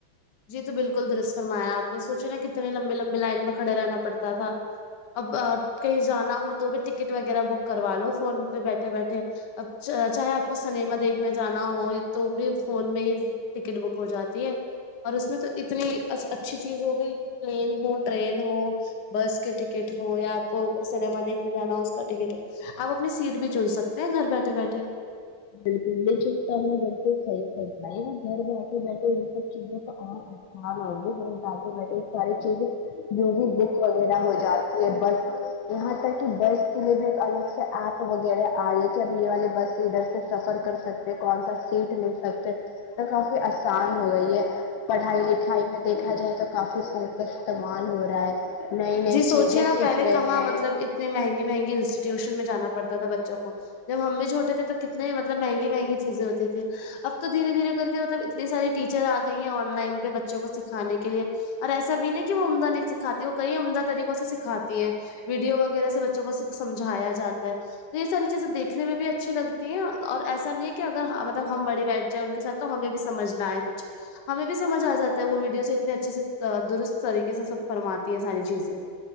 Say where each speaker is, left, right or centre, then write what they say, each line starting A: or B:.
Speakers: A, on the left (about 65°); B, on the left (about 80°).
A: جی تو بالکل درس فرمایا آپ نے سوچے نا کتنے لمبے لمبے لائن میں کھڑے رہنا پڑتا تھا اب کہیں جانا ہو تو بھی ٹکٹ وغیرہ بک کروا لو فون پے بیٹھے بیٹھے اب چا چاہے اپ کو سنیما دیکھنے جانا ہو تو بھی فون میں ٹکٹ بک ہو جاتی ہے اور اسمے تو اتنی از اچھی چیز ہوگیی پلین ہو ٹرین ہو بس کے ٹکٹ ہو یا آپ کو سنیما دیکھنے جانا ہو اس کا ٹکٹ اپ اپنی سیٹ بھی چن سکتے ہے گھر بیٹھے بیٹھے
B: بالکل یے چیز تو آپ نے بالکل صحیح فرمایی گھر بیٹھے بیٹھے یے سب چیزیں تو ام ام ہو گیی گھر بیٹھے بیٹھے ساری چیزیں یو ہی بک وغیرہ ہو جاتی ہے بس یہاں تک کی بس کے لیے بھی ایک الگ سے ایپ وغیرہ آئے کے اب یے والے بس ادھر سے سفر کر سکتے کون سا سیٹ مل سکتے تو کفی آسان ہوگیی ہے پڑھائی لکھائی میں دیکھا جائے تو کافی فون کا استعمال ہو رہا ہے نئی نئی
A: جی سوچیے
B: چیزیں
A: نا
B: سیکھ
A: پہلے
B: رہے
A: کہاں
B: ہیں
A: مطلب اتنے مہنگی مہنگی انسٹیٹیوشن میں جانا پڑتا تھا بچوں کو جب ہم بھی چھوٹے تھے تب کتنے مطلب مہگی مہگی چیزے ہوتی تھی اب تو دھیرے دھیرے کر کے مطلب اتنی ساریی ٹیچر آ گئی ہیں آن لائن پے بچوں کو سکھانے کے لیے اور ایسا بھی نہیں کی وہ عمدہ نہیں سکھاتی کئی عمدہ طریقوں سے سکھاتی ہے ویڈیو وغیرہ سے بچوں کو سک سمجھایا جاتا ہے تو یے ساری چیزیں دیکھنے میں بھی اچھی لگتی ہیں اور ایسا نہیں ہے کی اگر مطلب ہم بڑے بیٹھ جائیں ان کے ساتھ تو ہمیں بھی سمجھ نا آے کچھ ہمیں بھی سمجھ آ جاتا ہے وہ ویڈیوز سے اتنے اچھے سے درست طریقے سے سب فرماتی ہیں ساری چیزیں